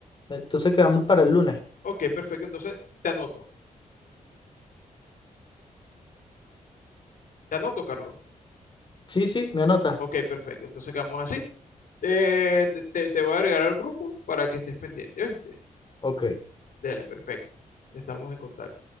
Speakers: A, on the left; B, on the left.
A: entonces quedamos para el lunes.
B: Ok, perfecto. Entonces, te anoto. Te anoto, Carlos.
A: Sí, sí, me anota.
B: Ok, perfecto. Entonces quedamos así. Eh, te, te- te voy a agregar al grupo para que estés pendiente, ¿oíste?
A: Ok.
B: Dale, perfecto. Estamos en contacto.